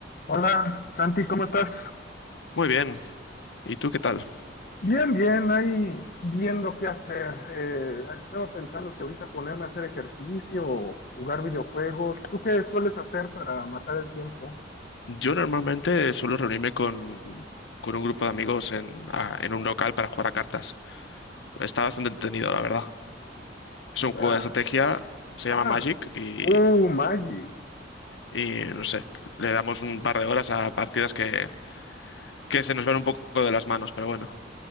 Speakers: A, on the left; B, on the left.
A: Hola, Santi, ¿cómo estás?
B: Muy bien, ¿y tú qué tal?
A: Bien, bien, ahí viendo qué hacer. Eh, estaba pensando si ahorita ponerme a hacer ejercicio o jugar videojuegos. ¿Tú qué sueles hacer para matar el tiempo?
B: Yo normalmente suelo reunirme con, con un grupo de amigos en, a- en un local para jugar a cartas. Está bastante entretenido, la verdad. Es
A: O
B: un
A: sea,
B: juego de estrategia, se
A: ah,
B: llama Magic y,
A: uh, Magic.
B: y no sé, le damos un par de horas a partidas que, que se nos van un poco de las manos, pero bueno.